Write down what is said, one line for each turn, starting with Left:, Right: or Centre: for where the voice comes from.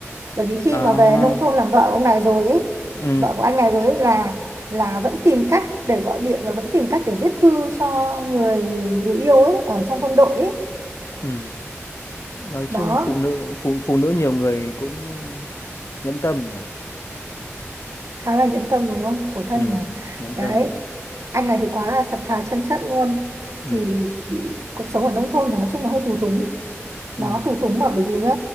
Right: bởi vì khi
Left: à
Right: mà về nông thôn làm vợ ông này rồi ấy
Left: ừ
Right: vợ của anh này rồi ấy là là vẫn tìm cách để gọi điện và vẫn tìm cách để viết thư cho người người yêu ấy ở trong quân đội ấy
Left: ừ nói
Right: đó
Left: chung phụ nữ phụ phụ nữ nhiều người cũng nhẫn tâm nhỉ
Right: khá là nhẫn tâm đúng không khổ thân
Left: ừ
Right: nhỉ
Left: nhẫn
Right: đấy
Left: tâm thật
Right: anh này thì quá là thật thà chân chất luôn
Left: ừ
Right: thì cuộc sống ở nông thôn thì nói chung là hơi tù túng nó
Left: ừ
Right: tù túng mà bởi vì nhá